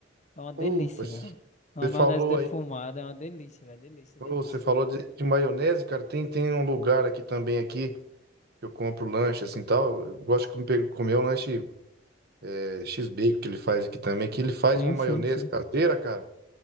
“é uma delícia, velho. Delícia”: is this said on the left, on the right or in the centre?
Left